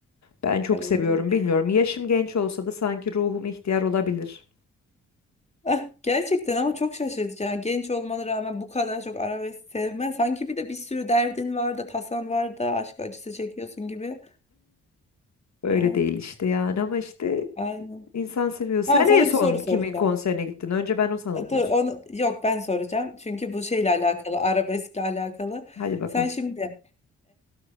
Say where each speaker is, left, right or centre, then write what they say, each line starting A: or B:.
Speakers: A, on the left (about 55°); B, on the left (about 20°).
A: Ben çok
B: arabesk.
A: seviyorum bilmiyorum. Yaşım genç olsa da sanki ruhum ihtiyar olabilir.
B: Ah, gerçekten ama çok şaşırtıcı. Yani genç olmana rağmen bu kadar çok arabesk sevmen. Sanki bir de bir sürü derdin var da tasan var da aşk acısı çekiyorsun gibi.
A: Öyle
B: Yani
A: değil işte yani ama işte
B: aynen.
A: insan seviyor. Sen
B: Tamam sana
A: en son
B: bir soru
A: kimin
B: soracağım.
A: konserine gittin? Önce ben o sana
B: E, Dur
A: bunu. sor-
B: onu yok ben soracağım. Çünkü bu şeyle alakalı arabeskle alakalı.
A: Hadi bakalım.
B: Sen şimdi